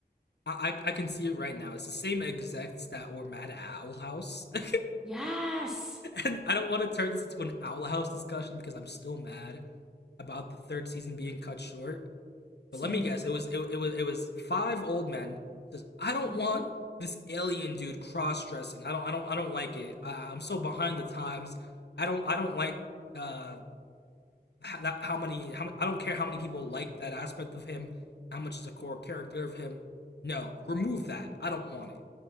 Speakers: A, on the left; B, in the centre.
A: I I can see it right now. It's the same execs that were mad at Owl House. <laughs>
B: Yes.
A: And I don't want to turn this into an Owl House discussion because I'm still mad about the third season being cut short.
B: Same.
A: But let me guess, it was it, it was it was five old men. who Says I don't
B: Mm-hmm.
A: want this alien dude cross dressing. I don't I don't I don't like it. I, I'm so behind the times. I don't I don't like uh that how many how I don't care how many people like that aspect of him, how much is a core character of him. No, remove that. I don't want it.